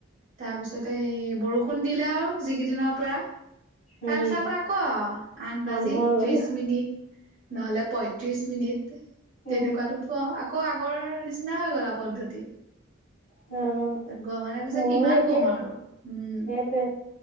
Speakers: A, on the right; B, on the left.
A: তাৰপিছতে এই বৰষুণ দিলে আৰু যিকিদিনৰ পৰা
B: উম
A: তাৰপিছত পৰা আকৌ আঠ
B: আৰম্ভ
A: বাজি
B: হৈ গ'ল।
A: ত্ৰিশ মিনিট, নহ'লে পৈত্ৰিছ মিনিট
B: উম
A: তেনেকুৱাত উঠুৱাও আকৌ আগৰ নিচিনা হৈ গলা পদ্ধতি
B: অ'
A: ঘৰৰ মানুহে কৈছে
B: মোৰো
A: কিমান
B: একে
A: কম আৰু উম
B: সেইটোৱে